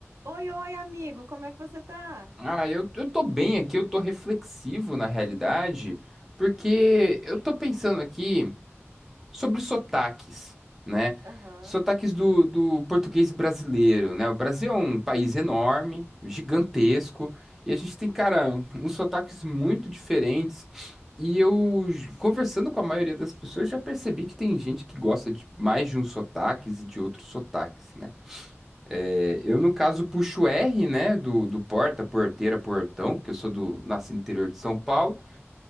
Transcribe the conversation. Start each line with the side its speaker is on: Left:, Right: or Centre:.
Right: Oi, oi, amigo, como é que você tá?
Centre: Ah, eu, eu tô bem aqui, eu tô reflexivo na realidade, porque eu tô pensando aqui sobre sotaques, né?
Right: Aham,
Centre: Sotaques do, do português brasileiro, né? O Brasil é um país enorme, gigantesco, e a gente tem, cara, uns sotaques muito diferentes. E eu, j- conversando com a maioria das pessoas, já percebi que tem gente que gosta de mais de uns sotaques e de outros sotaques, né? É, Eu, no caso, puxo R, né, do, do porta, porteira, portão, porque eu sou do, nasci no interior de São Paulo.